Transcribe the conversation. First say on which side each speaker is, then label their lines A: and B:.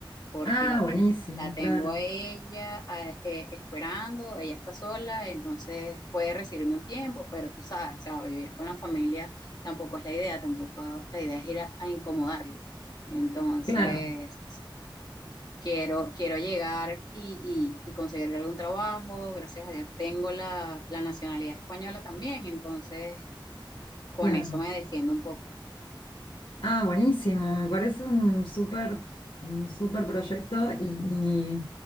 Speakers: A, on the left; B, on the left.
A: porque
B: Ah,
A: la tengo,
B: buenísimo,
A: la tengo
B: claro.
A: a ella a- eh, esperando, ella está sola, entonces puede recibirme un tiempo, pero tú sabes, o sea, vivir con la familia tampoco es la idea, tampoco la idea es ir a, a incomodarla. Entonces,
B: Claro,
A: quiero, quiero llegar y, y, y conseguir algún trabajo. Gracias a Dios tengo la, la nacionalidad española también, entonces con
B: claro.
A: eso me defiendo un poco.
B: Ah, buenísimo, me parece un súper un súper proyecto y, y,